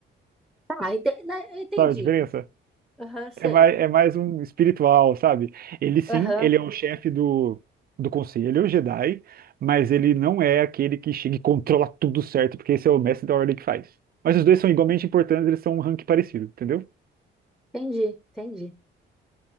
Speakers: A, in the centre; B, on the right.
A: Tá, ente- né, entendi.
B: Sabe a diferença?
A: Aham, sei.
B: É mais, é mais um espiritual, sabe? Ele sim,
A: Aham,
B: ele é o chefe do, do conselho Jedi, mas ele não é aquele que chega e controla tudo certo, porque esse é o mestre da ordem que faz. Mas os dois são igualmente importantes, eles são um rank parecido, entendeu?
A: entendi, entendi.